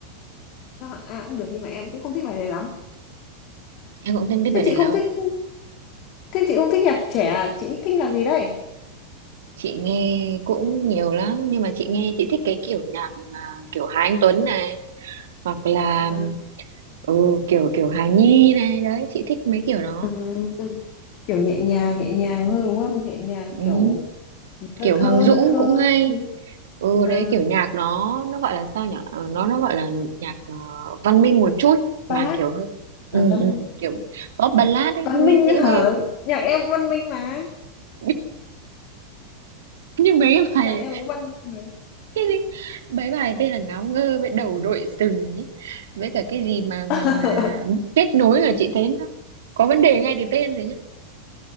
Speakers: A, on the left; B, on the right.
A: các hạng A cũng được nhưng mà em cũng không thích bài đấy lắm
B: em cũng thích thích
A: Thế
B: bài này
A: chị
B: lắm
A: không
B: à.
A: thích Thế chị không thích nhạc trẻ à? Chị thích nhạc gì đây?
B: chị nghe cũng nhiều lắm nhưng mà chị nghe chị thích cái kiểu nhạc mà kiểu Hà Anh Tuấn này hoặc là
A: À,
B: ừ, kiểu kiểu Hà Nhi này đấy chị thích mấy kiểu đó
A: ừ, kiểu nhẹ nhàng nhẹ nhàng thôi đúng không nhẹ nhàng
B: ừ,
A: kiểu thơ
B: kiểu
A: thơ
B: Hoàng Dũng
A: thơ thơ
B: cũng hay
A: các thứ
B: ừ
A: Ờ,
B: đấy kiểu nhạc nó nó gọi là sao nhỉ Ờ, nó nó gọi là nhạc ờ, văn minh một chút
A: ballad
B: mà kiểu hơi
A: ở
B: ừ,
A: văn
B: ừ, kiểu pop ballad ấy
A: văn
B: nghe
A: minh
B: dễ
A: hả
B: nghe
A: nhạc em cũng văn minh mà
B: <laughs> như mấy cái bài
A: nhạc em cũng văn minh mà.
B: cái gì mấy bài tên là ngáo ngơ với đầu đội sừng ấy. với cả cái gì mà
A: <laughs>
B: mà mà kết nối là chị thấy nó có vấn đề ngay từ tên rồi nhá